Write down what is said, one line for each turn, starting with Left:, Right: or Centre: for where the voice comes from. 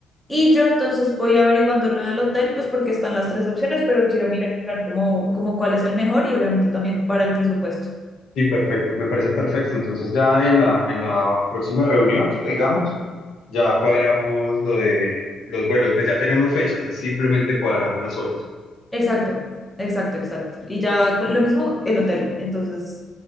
Centre: Y yo entonces voy averiguando lo del hotel, pues porque están las tres opciones, pero quiero mirar cómo, cómo cuál es el mejor y obviamente también para el presupuesto.
Left: Sí, perfecto, me parece perfecto. Entonces ya en la, en la próxima reunión que tengamos, ya cuadramos lo de los vuelos. Pues ya tenemos fechas, es simplemente cuadrar las horas.
Centre: Exacto, exacto, exacto. Y ya con- lo mismo el hotel. Entonces,